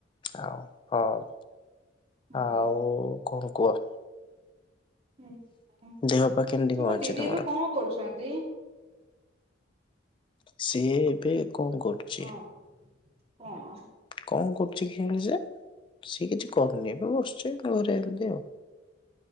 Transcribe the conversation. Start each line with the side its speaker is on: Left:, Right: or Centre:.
Left: ଆଉ ହଁ
Right: ହୁଁ
Left: ଆଉ କଣ କୁହ?
Right: ହୁଁ
Left: ଦେହ ପା କେମିତି
Right: ତମ
Left: କଣ ଅଛି
Right: ଦିଦି
Left: ତମର?
Right: ଏବେ କଣ କରୁଛନ୍ତି?
Left: ସିଏ ଏବେ କଣ କରୁଛି?
Right: ହଁ କଣ?
Left: କଣ କରୁଚି କେୟାଣି ସିଏ? ସିଏ କିଛି କରୁନି ଏବେ ବସୁଛି ଘରେ ଏମତି ଆଉ।